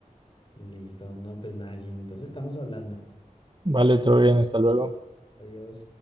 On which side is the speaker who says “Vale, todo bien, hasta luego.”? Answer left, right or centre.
Right